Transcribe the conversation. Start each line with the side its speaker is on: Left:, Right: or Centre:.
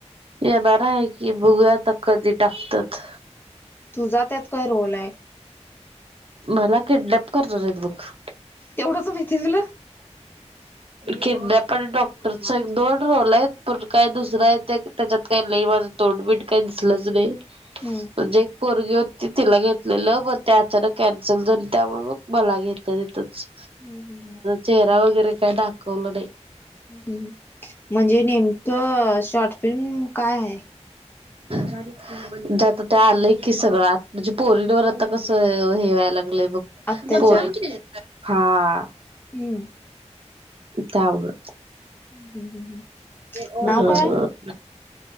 Right: येणार आहे की बुघू आता कधी टाकतात.
Left: तुझा त्यात काय रोल आहे?
Right: मला किडडप करणार आहेत बक.
Left: तेवढा स भ इथला.
Right: किन पण डॉक्टरचा दोन रोल आहेत पण काय दुसरा आहे त्या. त्याच्यात काही नाही माझं तोंडबीट काही दिसलंच नाही.
Left: हम्म.
Right: म्हणजे एक पोरगी होती तिला घेतलेलं पण ते अचानक. कॅन्सल झाली त्यामुळे मग मला घ येतच
Left: हम्म हम्म हम्म.
Right: चेहरा वगैरे काय दाखवलं नाही?
Left: ह. म्हणजे नेमकं शॉर्ट फिल्म काय आहे?
Right: हडी. म्हणजे आता ते आलंय की सगळं म्हणजे पोरींवर आता कसं हेवायला लागलंय बघ.
Left: अत्याचार.
Right: पोहे <unintelligible> हा.
Left: हम्म.
Right: त्यावर
Left: हम्म हम्म हम्म.
Right: हो..
Left: नाव काय?